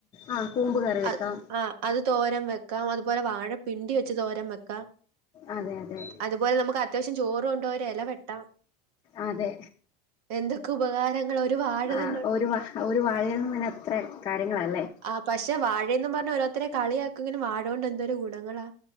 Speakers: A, on the left; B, on the right.
A: ആഹ് കൂമ്പ് കറി വെക്കാം
B: അ ആ അത് കു തോരൻ വെക്കാം അതുപോലെ വാഴ പിണ്ടി വെച്ച് തോരൻ വെക്കാം
A: അതെ അതെ
B: അതുപോലെ നമുക്ക് അത്യാവശ്യം ചോറും കൊണ്ടോവാൻ ഒരു ഇല വെട്ടാം
A: അതെ
B: എന്തൊക്കെ ഉപകാരങ്ങളാ ഒരു വാഴ
A: ആ
B: തന്നെ ഉണ്ടെങ്കി
A: ഒരു വഴേൽന്ന് തന്നെ എത്ര കാര്യങ്ങളാല്ലേ
B: ആ പക്ഷെ വാഴയെന്ന് പറഞ്ഞ് ഓരോരുത്തരെ കളിയാക്കും എങ്കിലും വാഴകൊണ്ട് എന്തോരു ഗുണങ്ങളാ